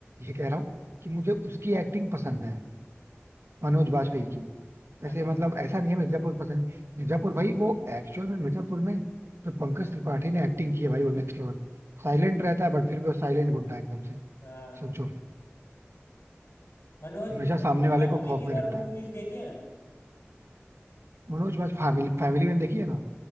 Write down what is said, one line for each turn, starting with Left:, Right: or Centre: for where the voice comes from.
Right: ये कह रहा हूँ कि मुझे उसकी एक्टिंग पसंद है मनोज बाजपेयी की वैसे
Left: अच्छा
Right: मतलब ऐसा नहीं है मिर्जापुर पसंद है, मिर्जापुर भाई वो एक्चुअल में मिर्जापुर में जो पंकज त्रिपाठी ने एक्टिंग की है भाई वो नेक्स्ट लेवल साइलेंट रहता है बट फिर भी वो साइलेंट गुंडा है एकदम से
Left: हाँ
Right: सोचो
Left: मनोज मनोज
Right: हमेशा सामने वाले
Left: वाजपेयी
Right: को खौफ
Left: की
Right: में रखता
Left: और मूवीज
Right: है
Left: देखी है ना
Right: मनोज बाज फैमिली फैमिली में देखी है ना